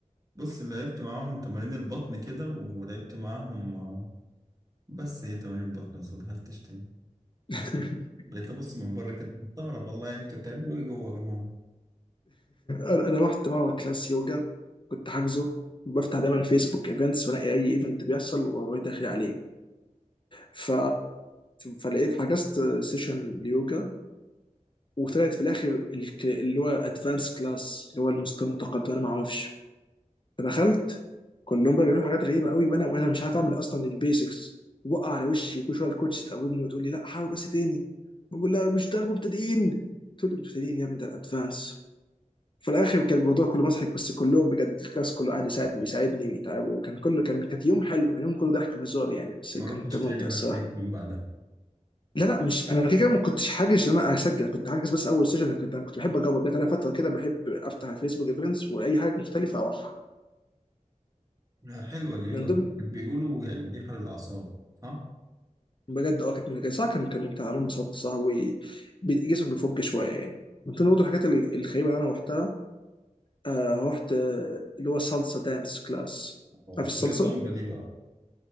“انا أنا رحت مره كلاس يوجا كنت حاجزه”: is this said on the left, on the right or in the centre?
Left